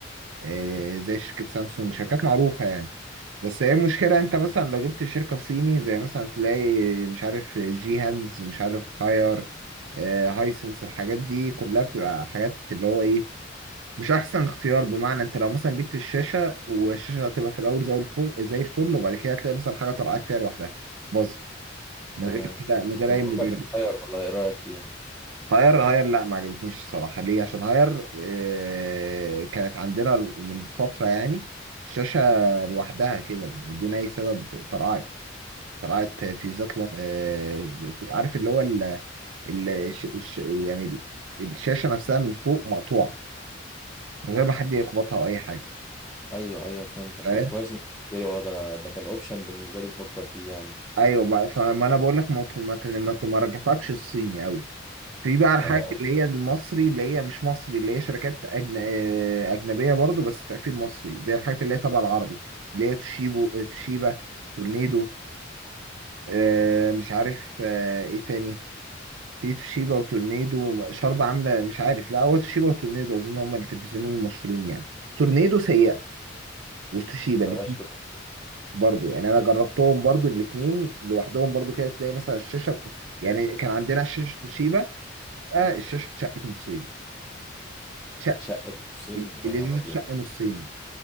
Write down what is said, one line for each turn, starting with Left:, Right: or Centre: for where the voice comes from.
Right: آه، زي شركة سامسونج شركات معروفة يعني بس هي المشكلة انت مثلا لو جبت شركة صيني زي مثلا تلاقي مش عارف جي هانز مش عارف هاير آه، هايسنس الحاجات دي كلها بتبقى حاجات اللي هو ايه مش احسن اختيار بمعنى انت لو مثلا جبت الشاشه والشاشه هتبقى في الاول زي الفل زي الفل وبعد كده هتلاقي مثلا حاجه طلعت فيها لوحدها باظ من
Centre: تمام
Right: غير كده من غير
Centre: كنت
Right: اي
Centre: بفكر
Right: مبرر
Centre: في الطير والله ايه رأيك فيها
Right: هاير هاير لا ما عجبتنيش الصراحه ليه عشان هاير آه كانت عندنا من فتره يعني الشاشه لوحدها كده بدون اي سبب طلعت طلعت فيوزات ل- آه عارف اللي هو ال ال الش- الش- يعني الشاشه نفسها من فوق مقطوعه من غير ما حد يخبطها او اي حاجه
Centre: ايوه ايوه فهمتك
Right: فاهم؟
Centre: طب كويس انت قلت لي والله ده انا ده كان اوبشن بالنسبة لي بفكر فيه يعني
Right: ايوه بقى فما انا بقول لك ما ت- ما ت- ما ت- ما رجحلكش الصيني قوي في بقى الحاجات
Centre: تمام
Right: اللي هي المصري اللي هي مش مصري اللي هي شركات أجن... آه، اجنبيه برضو بس تقفيل مصري زي الحاجات اللي هي تبع العربي اللي هي توشيبو آه، توشيبا تورنيدو آه، مش عارف آه، ايه تاني في توشيبا وتورنيدو شرب عامله مش عارف لا هو توشيبا وتورنيدو اظن هم التلفزيونين المشهورين يعني تورنيدو سيئه وتوشيبا
Centre: بلاش
Right: برضو يعني انا جربتهم برضو الاثنين لوحدهم برضو كده تلاقي مثلا الشاشه يعني كان عندنا شاشه توشيبا آه الشاشه اتشقت نصين اتشق
Centre: اتشقت نصين
Right: اللذيذ
Centre: يا نهار ابيض
Right: اتشق نصين